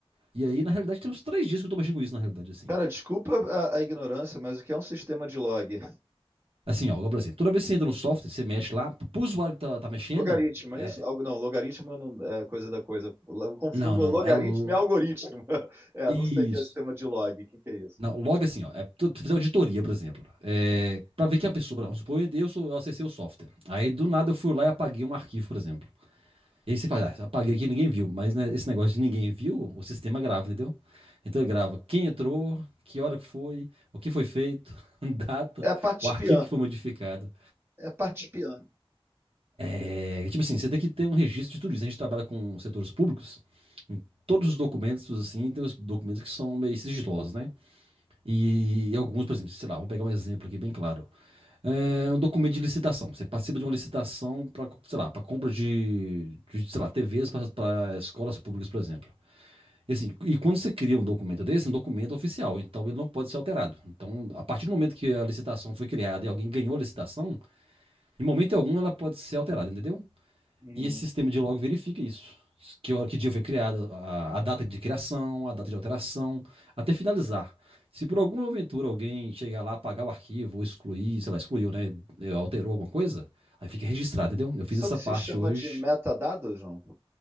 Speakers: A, on the right; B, on the right.
A: E aí, na realidade, tem uns três dias que eu tô mexendo com isso, na realidade, assim.
B: Cara, desculpa a, a, ignorância, mas o que é um sistema de log?
A: Assim, ó, agora, por exemplo, toda vez que você entra no software, você mexe lá, pro usuário que tá, tá mexendo,
B: Logaritmo,
A: é...
B: é isso? Algo, não, logaritmo não é coisa da coisa. Eu confundo
A: Não, não,
B: logaritmo
A: não. É... l-
B: e algoritmo. <laughs> É,
A: Isso.
B: não sei o que é o sistema de log. O que, que, é isso?
A: Não, logo assim, ó, é, tu tu fizer auditoria, por exemplo, é, para ver quem é a pessoa, vamos supor, eu, sou, eu acessei o software. Aí do nada eu fui lá e apaguei um arquivo, por exemplo. E aí você fala, ah, apaguei aqui e ninguém viu, mas né, esse negócio de ninguém viu, o sistema grava, entendeu? Então ele grava quem entrou, que hora que foi, o que foi feito, <laughs> data,
B: É a parte
A: o arquivo
B: pian.
A: que foi modificado.
B: É a parte pian.
A: É, tipo assim, você tem que ter um registro de tudo isso. A gente trabalha com setores públicos, todos os documentos, assim, tem os documentos que são meio sigilosos, né? E alguns, por exemplo, sei lá, vou pegar um exemplo aqui bem claro. É um documento de licitação. Você participa de uma licitação para, sei lá, para compra de, de, sei lá, TVs para escolas públicas, por exemplo. E, assim, e quando você cria um documento desse, é um documento oficial, então ele não pode ser alterado. Então, a partir do momento que a licitação foi criada e alguém ganhou a licitação, em momento algum ela pode ser alterada, entendeu?
B: Uhum.
A: E esse sistema de log verifica isso. Que, hora- que dia foi criada, a, a data de criação, a data de alteração, até finalizar. Se por alguma aventura alguém chegar lá, apagar o arquivo, ou excluir, sei lá, excluiu, né? eh, Alterou alguma coisa, aí fica registrado, entendeu? Eu fiz
B: Só
A: essa
B: que se
A: parte
B: chama
A: hoje.
B: de metadados, não?